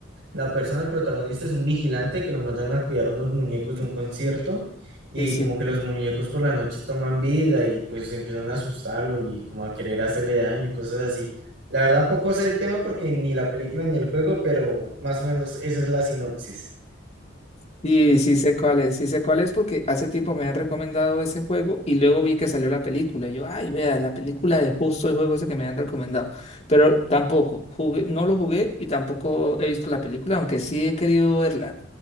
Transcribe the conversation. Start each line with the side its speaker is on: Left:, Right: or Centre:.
Right: La persona, el protagonista, es un vigilante que lo mandan a cuidar unos muñecos de un concierto y
Left: Sí, sí.
Right: como que los muñecos por la noche toman vida y pues empiezan a asustarlo y como a querer hacerle daño y cosas así. La verdad poco sé el tema porque ni la película ni el juego, pero más o menos esa es la sinopsis.
Left: Sí, sí sé cuál es, sí sé cuál es porque hace tiempo me han recomendado ese juego y luego vi que salió la película. Y yo, ay, vea, la película de justo el juego ese que me han recomendado. Pero tampoco, jugué, no lo jugué y tampoco he visto la película, aunque sí he querido verla.